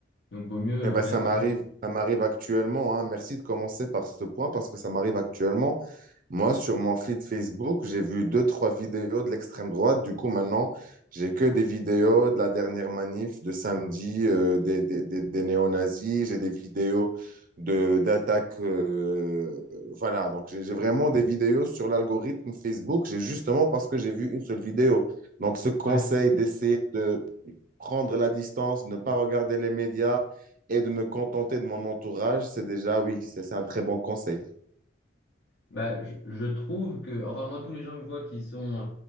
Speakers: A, on the left; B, on the right.
A: Donc, vaut mieux
B: Eh
A: euh,
B: ben,
A: rester.
B: ça m'arrive, Oui. ça m'arrive actuellement, hein. Merci de commencer par ce point parce que ça m'arrive actuellement. Moi, sur mon feed Facebook, j'ai vu deux, trois vidéos de l'extrême droite. Du coup, maintenant, j'ai que des vidéos de la dernière manif de samedi, euh, des, des, des, des néo-nazis. J'ai des vidéos de, d'attaques. euh, voilà, donc j'ai j'ai vraiment des vidéos sur l'algorithme Facebook. J'ai justement parce que j'ai vu une seule vidéo. Donc, ce conseil
A: Ouais,
B: d'essayer de prendre la distance, ne pas regarder les médias et de me contenter de mon entourage, c'est déjà, oui, c'est c'est un très bon conseil.
A: bah, je, je trouve que, enfin moi, tous les gens que je vois qui sont euh,